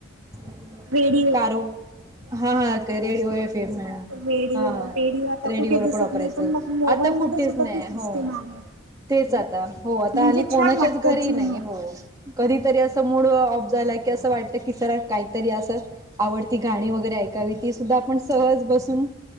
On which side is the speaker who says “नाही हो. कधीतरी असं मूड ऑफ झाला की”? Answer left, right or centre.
Right